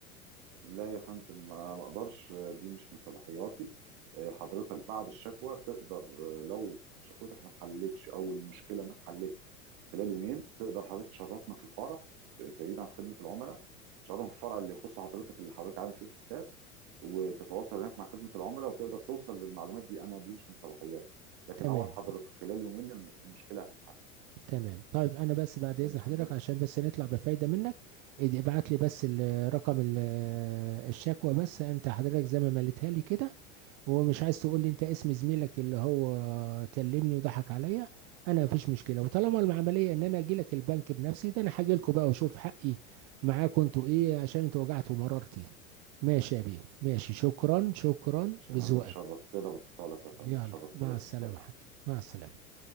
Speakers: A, on the right; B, on the right.
A: لا يا فندم ما ما اقدرش دي مش من صلاحياتي آه، حضرتك بعد الشكوى تقدر آه، لو شكوتك ما اتحلتش او المشكله ما اتحلتش خلال يومين تقدر حضرتك تشرفنا في الفرع ب- بعيد عن خدمه العملاء تشرفنا في الفرع اللي يخص حضرتك اللي حضرتك عامل فيه الحساب وتتواصل هناك مع خدمه العملاء وتقدر توصل للمعلومات دي انا دي مش من صلاحياتي لكن
B: تمام
A: اوعد حضرتك خلال يومين الم- المشكله هتتحل
B: تمام طيب انا بس بعد
A: تمام
B: اذن
A: يا فندم
B: حضرتك عشان بس نطلع بفايدة منك اد- ابعت لي بس ال- رقم ال- الشكوى بس انت حضرتك زي ما مليتها لي كده هو مش عايز تقول لي انت اسم زميلك اللي هو كلمني وضحك عليا انا مفيش مشكله وطالما العمليه ان انا اجي لك البنك بنفسي ده انا هاجي لكم بقى واشوف حقي معاكم انتوا ايه عشان انتوا وجعتوا مرارتي ماشي يا بيه ماشي شكرا شكرا
A: ماشي
B: لذوقك
A: يا فندم شرفتنا باتصالك يا فندم
B: يلا
A: شرفتنا
B: مع السلامه
A: باتصالك
B: حبيبي مع السلامه